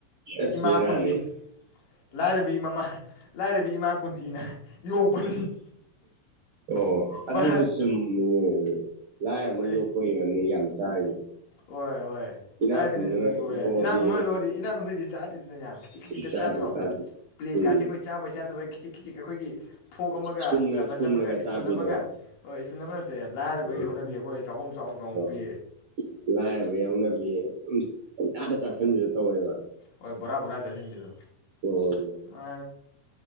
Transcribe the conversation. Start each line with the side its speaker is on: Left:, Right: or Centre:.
Right: <inaudible> ꯑꯁ
Left: ꯏꯃꯥ
Right: ꯕꯦꯔꯥꯅꯤ
Left: ꯀꯨꯟꯇꯤ
Right: ꯍꯦ
Left: ꯂꯥꯏꯔꯕꯤ ꯃꯃꯥ ꯂꯥꯏꯔꯕꯤ ꯏꯃꯥ ꯀꯨꯟꯇꯤꯅ ꯌꯣꯛꯄꯅꯤ
Right: ꯑꯣ ꯑꯗꯨꯁꯨ
Left: ꯃꯥ
Right: ꯆꯨꯝꯃꯤꯅꯦ ꯂꯥꯏꯔꯕꯅ
Left: ꯍꯣꯏꯅꯦ
Right: ꯌꯣꯛꯄꯒꯤ ꯑꯣꯏꯔꯝꯅꯤ ꯌꯥꯝ ꯆꯥꯔꯤꯁꯦ
Left: ꯍꯣꯏ ꯍꯣꯏ
Right: ꯏꯅꯥꯛ
Left: ꯂꯥꯏꯔꯕꯅ
Right: ꯈꯨꯟꯕꯅ
Left: ꯌꯣꯛꯄꯩꯁꯨ ꯑꯣꯏꯔꯦ
Right: ꯌꯣꯛꯑꯗꯤ
Left: ꯏꯅꯥꯛ ꯈꯨꯟꯕꯅ ꯌꯣꯛꯑꯗꯤ ꯢꯅꯥ ꯈꯨꯟꯕꯩ ꯆꯥ ꯇꯤꯟꯗꯅ ꯌꯥꯝꯕ ꯈꯤꯖꯤꯛ ꯈꯤꯖꯤꯛꯇ
Right: ꯆꯥꯗꯦ
Left: ꯆꯥꯗ꯭ꯔꯣ
Right: ꯆꯥꯗꯦ
Left: ꯄ꯭ꯂꯦꯠꯀꯥꯁꯦ
Right: ꯎꯝ
Left: ꯑꯩꯈꯣꯏ ꯆꯥꯕꯩ ꯆꯥꯗꯕꯩ ꯈꯤꯖꯤꯛ ꯈꯤꯖꯤꯛ ꯑꯩꯈꯣꯏꯒꯤ ꯐꯣꯛ ꯑꯃꯒ
Right: ꯏꯁꯄꯨꯟꯅ
Left: ꯆꯥꯃꯁ
Right: ꯏꯁꯄꯨꯟꯅꯒ
Left: ꯑꯃꯒ ꯏꯁꯄꯨꯟ
Right: ꯆꯥꯕꯤꯗꯣ
Left: ꯑꯃꯒ ꯍꯣꯏ <unintelligible> ꯑꯦ ꯂꯥꯏꯔꯕꯒꯤ
Right: ꯎꯝ
Left: ꯍꯧꯅꯕꯤ ꯑꯩꯈꯣꯏ ꯆꯥꯛꯈꯨꯝ ꯆꯥꯎ ꯆꯥꯎꯅ ꯍꯨꯞꯄꯤ꯫
Right: ꯑꯣ ꯂꯥꯏꯔꯕꯩ ꯍꯧꯅꯕꯤ ꯑꯗꯨꯝ ꯄꯪꯆꯥꯗ ꯆꯥ ꯁꯟꯕꯤꯗꯨ ꯇꯧꯔꯦ ꯍꯥꯏꯕ꯫
Left: ꯍꯣꯏ ꯕꯣꯔꯥ ꯕꯣꯔꯥ ꯆꯥꯁꯤꯟꯕꯤꯗꯣ
Right: ꯑꯣ
Left: ꯃꯥ